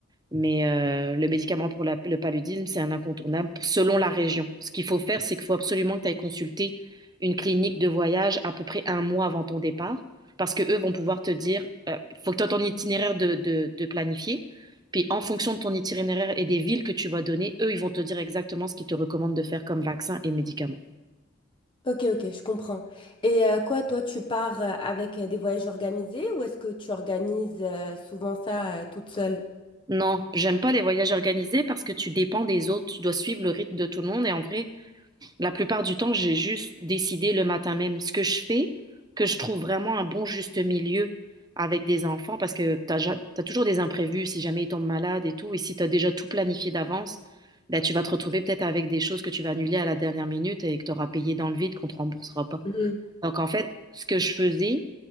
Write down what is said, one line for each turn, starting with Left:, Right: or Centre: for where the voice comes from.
Right: Mais euh, le médicament pour la- le paludisme, c'est un incontournable selon la région. Ce qu'il faut faire, c'est qu'il faut absolument que tu ailles consulter une clinique de voyage à peu près un mois avant ton départ, parce que eux vont pouvoir te dire, euh, faut que tu aies ton itinéraire de, de, de planifier. Puis en fonction de ton itinéraire et des villes que tu vas donner, eux, ils vont te dire exactement ce qu'ils te recommandent de faire comme vaccin et médicaments.
Left: Ok, ok, je comprends. Et euh, quoi, toi, tu pars euh, avec euh, des voyages organisés ou est-ce que tu organises euh, souvent ça euh, toute seule?
Right: Non, j'aime pas les voyages organisés parce que tu dépends des autres, tu dois suivre le rythme de tout le monde et en vrai, La plupart du temps, j'ai juste décidé le matin même ce que je fais, que je trouve vraiment un bon juste milieu avec des enfants parce que t'as, ja- t'as toujours des imprévus si jamais ils tombent malades et tout. Et si t'as déjà tout planifié d'avance, ben, tu vas te retrouver peut-être avec des choses que tu vas annuler à la dernière minute et que t'auras payé dans le vide qu'on te remboursera pas.
Left: Mhm.
Right: Donc en fait, ce que je faisais,